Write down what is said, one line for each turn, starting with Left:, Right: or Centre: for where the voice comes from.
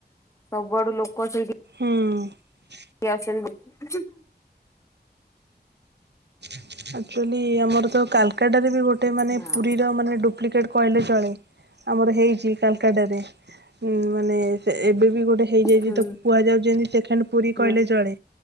Left: ସବୁଆଡୁ ଲୋକ ସେଇଠି
Right: ହଁ
Left: କିଏ ଆସୁଛନ୍ତି
Right: ଆଚ୍ଛା ଆକଚୁଆଲି ଆମର ତ କାଲକାଟାରେ ବି ଗୋଟେ ମାନେ
Left: ହଁ
Right: ପୁରୀର ମାନେ ଡୁପ୍ଲିକେଟ କହିଲେ ଚଳେ ଆମର ହେଇଛି କାଲକାଟାରେ ଉ ମାନେ ସେ ଏବେ ବି ଗୋଟେ ହେଇଯାଇଛି
Left: ହୁଁ।
Right: ତାକୁ କୁହାଯାଉଛି। ସେ ଖାଲି ପୁରୀ କହିଲେ
Left: ହୁଁ
Right: ଚଳେ